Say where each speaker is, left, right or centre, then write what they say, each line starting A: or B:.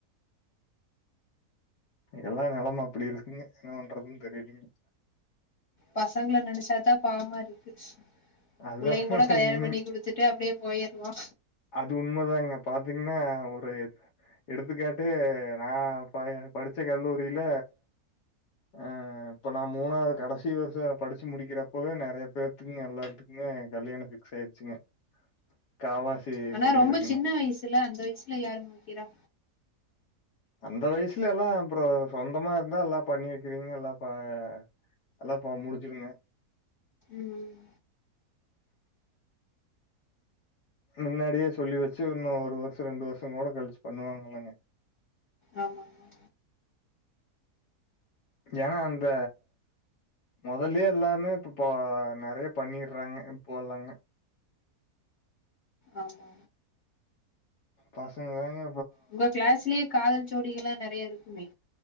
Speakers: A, on the left; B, on the left.
A: எல்லா நெலம அப்டி இருக்குங்க என்ன பண்றதுன் தெரிலிங்க
B: பசங்கள நெனைச்சாதா பாவமா இருக்கு
A: அதுதான்
B: புள்ளைங்க கூட கல்யாண
A: உண்மை.
B: பண்ணி குடுத்துட்டு அப்டியே போயர்வா
A: அது உண்மதாங்க பாத்திங்னா ஒரு எடுத்துக்காட்டு நா ப படிச்ச கல்லூரில ஆ இப்ப நா மூணாவுது கடைசி வருஷ படிச்சு முடிக்கறப்பவே நறைய பேருத்துக்குங்க எல்லாத்துக்கு கல்யாண ஃபிக்ஸ் ஆயிருச்சுங்க காவாசி
B: ஆனா
A: கொள்ளைகளுக்குங்க.
B: ரொம்ப சின்ன வயசுல அந்த வயசுல யாரு மூய்க்கெறா
A: அந்த வயசுல எல்லா அப்ற சொந்தமா இருந்தா எல்லா பண்ணி வெக்கறிங்க எல்லா ப அதலா அப்ப முடிஞ்சுருங்க
B: ம் ம்
A: மின்னாடியே சொல்லி வச்சு இன்னு ஒரு வருஷ ரெண்டு வருஷங் கோட கழிச்சு பண்ணுவாங் இல்லங்க
B: ஆமாங்க
A: ஏனா அந்த மொதல்லயே எல்லாமே இப்ப ப நறைய பண்ணிர்றாங்க இப்போலாங்க
B: ஆமா ஆமா
A: பசங்கதாங்க
B: உங்க கிளாஸ்லயே காதல் ஜோடிகள்லா நறைய இருக்குமே